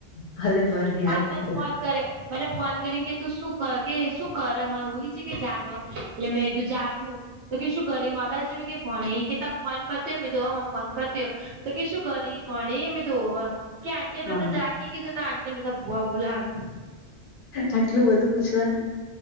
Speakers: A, on the left; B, on the right.
A: ભલે ભર યાદ
B: હાલ જ
A: કર
B: ફોન કરયો. મને ફોન કરી કે તું શું કે શું કર હ હુઈ કે જાગ એટલે મેં તું જાગું તો કે શું કરી મોબાઈલ જોવી કે ભણે કે તાર ફોન પત્યો મેં કીધું અ મારો ફોન પત્યો. તો કે શું કરી ભણી મે કીધું હોવ કે આંટી
A: હા
B: ને બધા જાગી કીધું ના આંટી ને બધા ભુઆ બુલા <unintelligible>
A: આટલું બધું પુછવાનું?